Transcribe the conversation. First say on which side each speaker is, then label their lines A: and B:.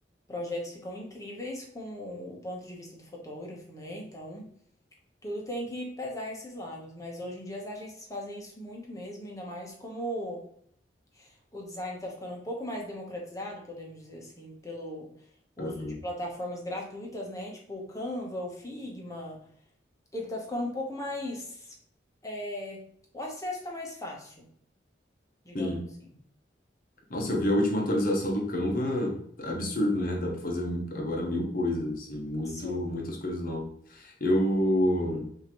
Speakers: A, on the left; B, on the left.
A: projetos ficam incríveis com o ponto de vista do fotógrafo, né? Então. Tudo tem que pesar esses lados, mas hoje em dia as agências fazem isso muito mesmo, ainda mais como o design está ficando um pouco mais democratizado, podemos dizer assim, pelo uso
B: aham.
A: de plataformas gratuitas, né? Tipo o Canva, o Figma. Ele está ficando um pouco mais. é, O acesso está mais fácil, digamos
B: Sim.
A: assim.
B: Nossa, eu vi a última atualização do Canva, absurdo, né? Dá para fazer um, agora mil coisas, assim, muito,
A: Sim.
B: muitas coisas novas. Eu